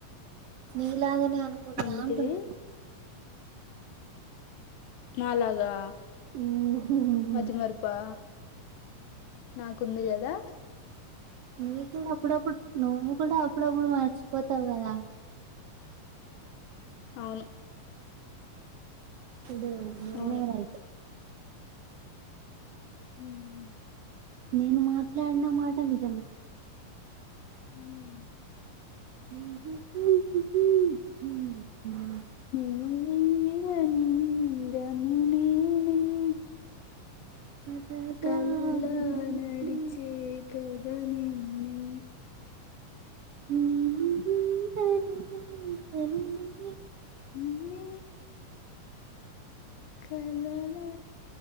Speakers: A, on the right; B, on the left.
A: ని లాగానే అనుకుంటా
B: ఏంటిది
A: అంటున్న
B: నాలాగా
A: హ్మ్.
B: మతిమరపా నాకు వుంది కదా
A: నీకు కూడా అప్పుడప్పుడు నువ్వు కూడా అప్పుడప్పుడు మర్చిపోతావు కదా
B: అవును
A: ఇడు నినే
B: అవును
A: రైట్
B: హ్మ్మ్
A: నిను మాట్లాడిన మాట నిజమే
B: హ్మ్
A: ఉహు హు హుహు హు హు హు
B: నిను వీడని నీడను నినే
A: కథగా
B: కలలో
A: నడిచి
B: నడిచే కద దనిన్ని
A: నిను వీడని నీడను నినే
B: మీమే కలలా